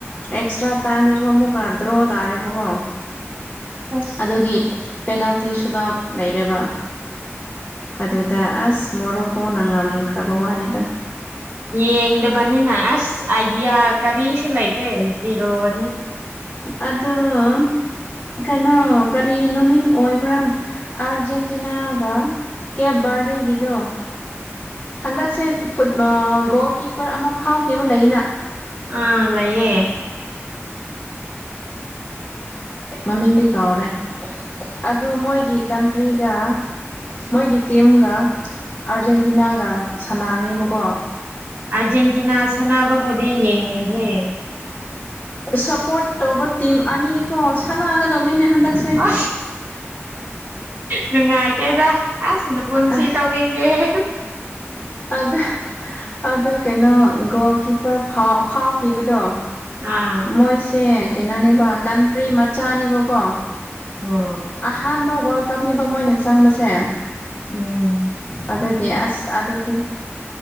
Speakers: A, on the left (about 30°); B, on the right (about 65°).
A: ꯑꯦꯛꯁꯇ꯭ꯔꯥ ꯇꯥꯏꯁꯨ ꯑꯃꯨꯛ ꯗ꯭ꯔꯣ ꯇꯥꯔꯦꯕꯀꯣ
B: ꯑꯁ
A: ꯑꯗꯨꯒꯤ ꯄꯦꯅꯥꯜꯇꯤꯁꯨꯗ ꯂꯩꯔꯦꯕ ꯑꯗꯨꯗ ꯑꯁ ꯃꯣꯔꯣꯛꯀꯣꯅꯪ ꯉꯝꯈ꯭ꯔꯕ ꯋꯥꯅꯤꯗ
B: ꯌꯦꯡꯗꯕꯅꯤꯅ ꯑꯁ ꯑꯥꯏꯗꯤꯌꯥ ꯀꯔꯤꯁꯨ ꯂꯩꯇꯦ ꯖꯤꯦꯔꯣꯅꯤ
A: ꯑꯣ ꯀꯩꯅꯣ ꯀꯔꯤ ꯅꯨꯃꯤꯠ ꯑꯣꯏꯕ꯭ꯔꯥ ꯑꯔꯖꯦꯟꯇꯤꯅꯥꯒ ꯀꯦꯞ ꯔꯗꯦꯒꯤꯗꯨꯣ ꯍꯟꯗꯛꯁꯦ ꯒꯣꯜ ꯀꯤꯞꯄꯔ ꯑꯃ ꯐꯥꯎꯈꯤꯕ ꯂꯩꯅ
B: ꯑꯥ ꯂꯌꯦꯦ
A: ꯃꯃꯤꯡꯗꯤ ꯀꯥꯎꯔꯦ ꯑꯗꯨ ꯃꯣꯏꯒꯤ ꯀꯟꯇ꯭ꯔꯤꯒ ꯃꯣꯏꯒꯤ ꯇꯤꯝꯒ ꯑꯥꯔꯖꯦꯟꯇꯤꯅꯥꯒ ꯁꯥꯟꯅꯒꯅꯦꯕꯀꯣ
B: ꯑꯔꯖꯦꯟꯇꯤꯅꯥ ꯑꯁꯅꯕꯕꯨꯗꯤ ꯌꯦꯅꯤꯌꯦꯦ
A: ꯁꯞꯄꯣꯔꯠ ꯇꯧꯕ ꯇꯤꯝ ꯑꯅꯤ ꯀꯣ ꯁꯥꯟꯅꯒꯗꯕꯅꯤꯅꯦ ꯍꯟꯗꯛꯁꯦ
B: ꯑ ꯅꯨꯡꯉꯥꯏꯇꯦꯗ ꯑꯁ ꯅꯄꯨꯟꯁꯤ
A: ꯑ
B: ꯇꯧꯅꯤꯡꯗꯦꯍꯦ
A: ꯑꯗ ꯑꯗꯣ ꯀꯩꯅꯣ ꯒꯣꯜ ꯀꯤꯞꯄꯔꯥꯎ ꯐꯥꯎꯈꯤꯕꯗꯣ
B: ꯑꯥ
A: ꯃꯣꯏꯁꯦ ꯀꯩꯅꯣꯅꯦꯕ ꯀꯟꯇ꯭ꯔꯤ ꯃꯆꯥꯅꯦꯕꯀꯣ
B: ꯑꯣ
A: ꯑꯍꯥꯟꯕ ꯋꯥꯔꯜ ꯀꯞꯅꯤꯕ ꯃꯣꯏꯅ ꯆꯪꯕꯁꯦ
B: ꯎꯝ
A: ꯑꯗꯨꯒꯤ ꯑꯁ ꯑꯗꯨꯗꯤ